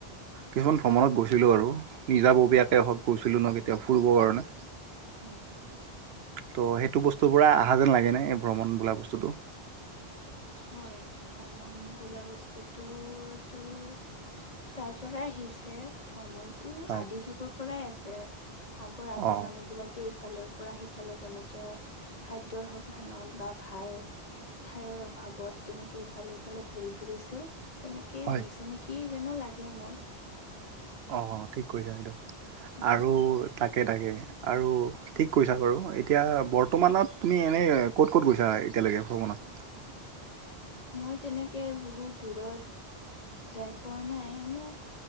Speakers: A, on the right; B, on the left.
A: কিছুমান ভ্ৰমণত গৈছিলোঁ আৰু নিজাববীয়াকে
B: অ অ
A: হওক গৈছিলোঁ ন কেতিয়া ফুৰিবৰ কাৰণে
B: হয়।
A: তো সেইটো বস্তুৰ পৰা অহা যেন লাগেনে এই ভ্ৰমণ বোলা বস্তুটো
B: হয় ভ্ৰমণ বোলা বস্তুতো তোৰ তাৰ পৰা আহিছে ভ্ৰমণ এইটো
A: হয়
B: আদি যুগৰ পৰাই আছে আগৰ আদি
A: অ
B: মানুহ বিলাক ইফালৰ পৰা সিফালে যেনেকে খাদ্যৰ সন্ধানত বা ভাল ঠায়ৰ অ', ভাৱত তেনেকৈ ইফালে সফালে ঘূৰি ফুৰিছিল তেনেকৈ
A: হয়।
B: আহিছে নেকি যানো লাগে মোৰ
A: অ', ঠিক কৰিছা বাইদেউ
B: উম
A: আৰু তাকে তাকে আৰু ঠিক কৈছা বাৰু এতিয়া বৰ্তমানত তুমি এনেই ক'ত ক'ত গৈছা এতিয়ালৈকে ভ্ৰমণত?
B: মই তেনেকে বহুত দূৰত যাই পোৱা নাই এনে